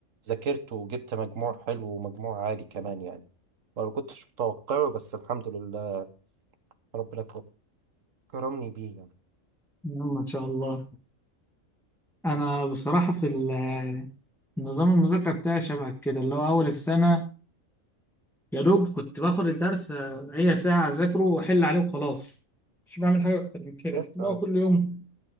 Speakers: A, on the right; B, in the centre.
A: ذاكرت وجبت مجموع حلو ومجموع عالي كمان يعني ما كنتش متوقعه بس الحمد لله ربنا كر- كرمني بيه يعني
B: يلا ان شاء الله انا بصراحة في ال- نظام المذاكرة بتاعي شبه كده اللي هو اول السنة يا دوب كنت باخد الدرس آه، هي ساعة أذاكره وأحل عليه وخلاص مش بعمل حاجة أكتر من كده
A: بس
B: بقى كل يوم